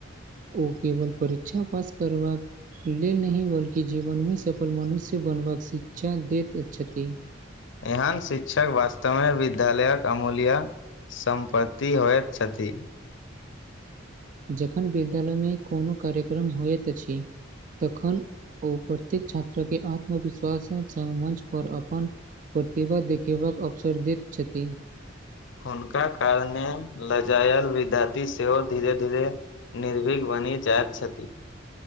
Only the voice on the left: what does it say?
एहन शिक्षक वास्तमे विद्यालयक अमूल्य सम्पति होयत छथि
हुनका कारणे लजायल विधाती सेहो धीरे धीरे निर्भीघ बनी जाइत छथि